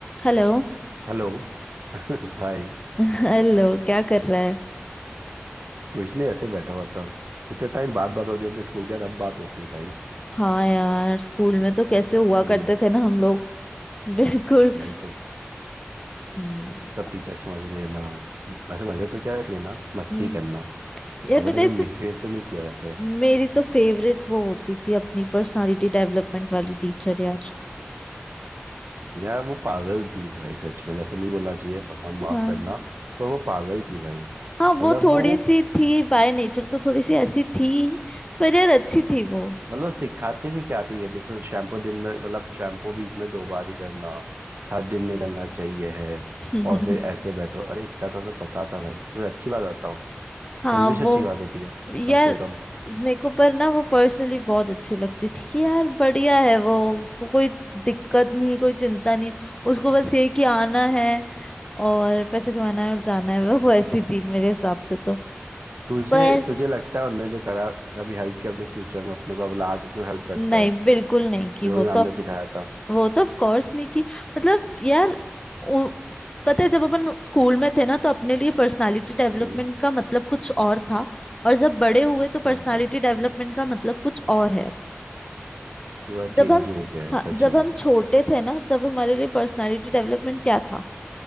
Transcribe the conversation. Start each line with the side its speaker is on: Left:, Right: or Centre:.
Left: Hello
Right: हेलो <laughs> हाय
Left: <laughs> Hello क्या कर रहा है
Right: कुछ नहीं ऐसे बैठा हुआ था कितने टाइम बाद बात हो रही है अपने स्कूल के यार अब बात हो अपनी भाई
Left: हाँ यार स्कूल में तो कैसे हुआ
Right: हम्म
Left: करते थे ना हम लोग <laughs> बिल्कुल
Right: वही तो
Left: हम्म,
Right: सब टीचर्स के मजे लेना वैसे मजे तो क्या है लेना मस्ती
Left: हम्म।
Right: करना
Left: यार
Right: अपन
Left: बताइए
Right: ने कभी
Left: फिर,
Right: मिसबिहेव तो नहीं किया वैसे
Left: मेरी तो फेवरेट वो होती थी अपनी पर्सनालिटी डेवलपमेंट वाली टीचर यार
Right: यार वो पागल थी भाई सच में ऐसा नहीं बोलना चाहिए भगवान माफ
Left: हाँ
Right: करना पर वो पागल थी भाई
Left: हाँ वो
Right: मतलब
Left: थोड़ी
Right: वो
Left: सी थी बाय नेचर तो थोड़ी सी ऐसी थी पर यार अच्छी थी वो
Right: मतलब सिखाते भी क्या थी जैसे शैम्पू दिन में मतलब शैम्पू वीक में दो बार ही करना हर दिन नहीं करना चाहिए है
Left: <laughs>
Right: और फिर ऐसे बैठो अरे इतना तो हमें पता था भाई तुझे अच्छी बात बताओ
Left: हाँ
Right: इंग्लिश
Left: वो
Right: अच्छी करवा देती है
Left: यार
Right: कम से कम
Left: मेरे को पर ना वो पर्सनली बहुत अच्छी लगती थी कि यार बढ़िया है वो उसको कोई दिक्कत नहीं कोई चिंता नहीं उसको बस ये कि आना है और पैसे कमाना है और जाना है वो वैसी थी मेरे हिसाब से तो
Right: तुझे
Left: पर
Right: तुझे लगता है उनने जो करा कभी हेल्प किया अपने फ्यूचर में अपने को अब आज अपने हेल्प करता
Left: नहीं
Right: है
Left: बिल्कुल नहीं कि
Right: जो
Left: वो
Right: भी
Left: तो
Right: मैम
Left: of-
Right: ने सिखाया था
Left: वो तो ऑफ कोर्स नहीं कि मतलब यार उ, पता है जब अपन स्कूल में थे ना तो अपने लिए पर्सनालिटी डेवलपमेंट
Right: हम्म
Left: का मतलब कुछ और था और जब बड़े हुए तो पर्सनालिटी
Right: Time pass
Left: डेवलपमेंट का मतलब कुछ और है
Right: पूरा चेंज
Left: जब हम
Right: ही हो गया है
Left: हाँ
Right: सच
Left: जब
Right: में
Left: हम छोटे थे ना तब हमारे लिए पर्सनालिटी डेवलपमेंट क्या था